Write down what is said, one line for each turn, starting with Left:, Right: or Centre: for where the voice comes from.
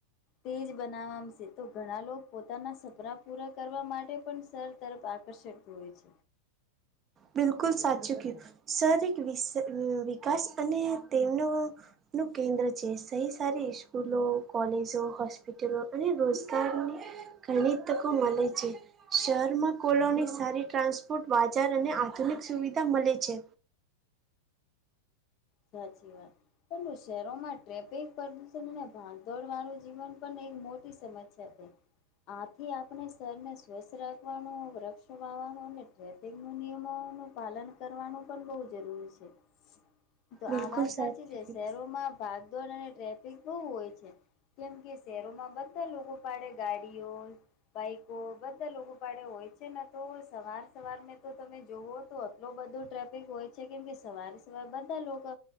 Left: તેજ બનાવામશે તો ઘણા લોકો પોતાના સપના પૂરા કરવા માટે પણ સર તરફ આકર્ષિત હોય છે
Right: બિલકુલ સાચું કયું શારી વીસ વિકાસ અને તેમનો નું કેન્દ્ર છે, સહી સારી સ્કૂલો કોલેજો હોસ્પિટલો અને રોજગારની ઘણી તકો મળે છે, શહેરમાં કોલોની સારી ટ્રાન્સપોર્ટ બાજાર અને આધુનિક સુવિધા મળે છે,
Left: સાચી વાત પરંતુ શહેરોમાં ટફિક પ્રદૂષણ અને ભગદોડ વાળું જીવન પણ એક મોટી સમસ્યા છેઈ આથી આપણે શરને સ્વસ્થ રાખવાનો વૃક્ષ વાવાનો અને સ્કૂલનું નિયમોનું પાલન કરવાનું પણ બહુ જરૂરી છે તો
Right: બિલકુલ
Left: આ વાત
Right: સાચું
Left: સાચી છે,
Right: કયું.
Left: શહેરોમાં ભાગદોડ અને ટ્રાફિક બહુ હોય છે. કેમ કે શહેરોમાં બધા લોકો પાડે ગાડીઓ બાઈકો બધા લોકો પાડે હોય છે, તો સવાર સવાર મેં તો તમે જોવો તો લોક એ બધું ટ્રાફિક હોય છે, કેમ કે સવારે સવારે બધા લોકો